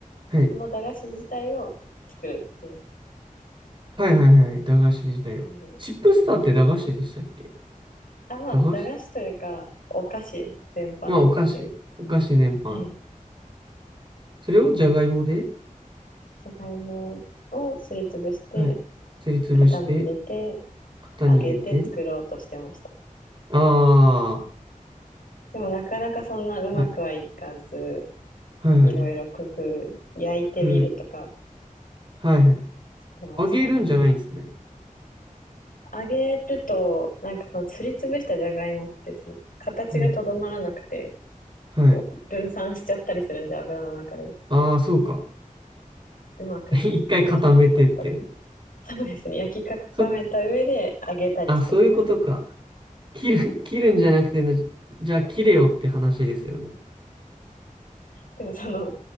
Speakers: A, on the right; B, on the left.
A: はい、
B: その駄菓子自体を作るっていう
A: はい、はい、はい。駄菓子自体を。
B: 感じです。
A: チップスターって駄菓子でしたっけ
B: あ、まあ、
A: 駄菓子
B: 駄菓子というか、お菓子全般ですね。
A: まあ、お菓子。
B: すいません。
A: お菓子全般。
B: はい。
A: それをじゃがいもで、
B: じゃがいもをすりつぶして、
A: はい。すりつぶして、
B: 型に入れて、
A: 型に入れて、
B: 揚げて作ろうとしてました。
A: あ
B: でもなかなかそんなうまくはいかず、
A: あ、はい、はいはい、
B: いろいろ工夫、焼いてみるとか
A: ふ、はいはい。
B: してましたね。
A: あげるんじゃないんですね。
B: 揚げると、なんかそのすりつぶしたじゃがいもって、その形がとどまらなくて、
A: はい、はい。
B: こう分散しちゃったりするんで、油の中で。
A: ああ、そうか。
B: うまくできてなかったですね。
A: <laughs> 一回固めてって。
B: そうですね。焼き固めた上で揚げたりしてました。
A: そ、あ、そういうことか。切る、切るんじゃなくてね、じじゃあ切れよって話ですよね。
B: でもその、